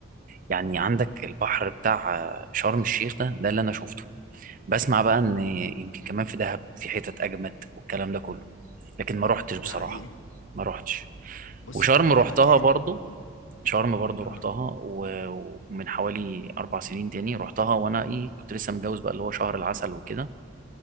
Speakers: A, on the right; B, on the left.
A: يعني عندك البحر بتاع آه، شرم الشيخ ده ده اللي انا شفته بسمع بقى ان يمكن كمان في دهب في حتت اجمد والكلام ده كله لكن
B: امم
A: ما روحتش بصراحه
B: ده حقيقي
A: ما روحتش
B: بص
A: وشرم
B: كل
A: روحتها
B: مكان
A: برضو
B: مم.
A: شرم برضو
B: اه
A: رحتها و- ومن حوالي أربع سنين تاني رحتها وأنا إيه كنت لسه متجوز بقى اللي هو شهر العسل وكده